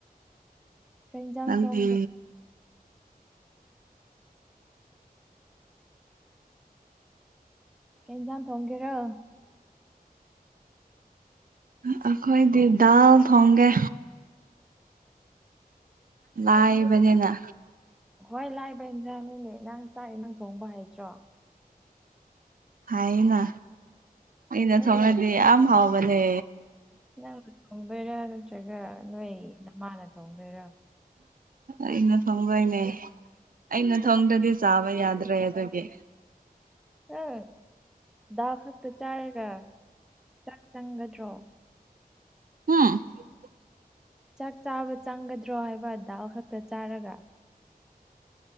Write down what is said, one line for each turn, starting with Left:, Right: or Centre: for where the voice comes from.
Centre: ꯀꯩꯖꯥꯡ
Right: ꯅꯪꯗꯤ
Centre: ꯊꯣꯡꯗ ꯀꯩ ꯏꯟꯖꯥꯡ ꯊꯣꯡꯒꯦꯔꯣ꯫
Right: ꯑꯩꯈꯣꯏꯗꯤ ꯗꯥꯜ ꯊꯣꯡꯒꯦ ꯂ ꯏꯕꯅꯦꯅ
Centre: ꯈꯋꯥꯏ ꯂꯥꯏꯕ ꯏꯟꯖꯥꯅꯤꯅꯦ ꯅꯪ ꯆꯥꯛꯏꯟꯖꯥꯡ ꯊꯣꯡꯕ ꯍꯩꯇꯔꯣ꯫
Right: ꯍꯥꯏꯅ ꯑꯩꯅ
Centre: ꯅꯪꯅ
Right: ꯊꯣꯛꯣꯡꯂꯗꯤ ꯌꯥꯝ ꯍꯥꯎꯕꯅꯦ
Centre: ꯅꯪꯅ ꯊꯣꯡꯗꯣꯏꯔꯥ ꯅꯠꯇ꯭ꯔꯒ ꯅꯣꯏ ꯅꯃꯥꯅ ꯊꯣꯡꯗꯣꯏꯔꯥ
Right: ꯑꯩꯅ ꯊꯣꯡꯗꯣꯏꯅꯦ ꯑꯩꯅ
Centre: ꯅꯪ
Right: ꯊꯣꯡꯗ꯭ꯔꯗꯤ ꯆꯥꯕ ꯌꯥꯗ꯭ꯔꯦ ꯑꯗꯨꯒꯤ
Centre: ꯑꯪ ꯗꯥꯜ ꯈꯛꯇ ꯆꯥꯔꯒ ꯆꯥꯛ ꯆꯪꯒꯗ꯭ꯔꯣ
Right: <unintelligible> ꯍꯨꯝ <unintelligible>
Centre: ꯆꯥꯛ ꯆꯥꯕ ꯆꯪꯒꯗ꯭ꯔꯣ ꯍꯥꯏꯕ ꯗꯥꯜ ꯈꯛꯇ ꯆꯥꯔꯒ꯫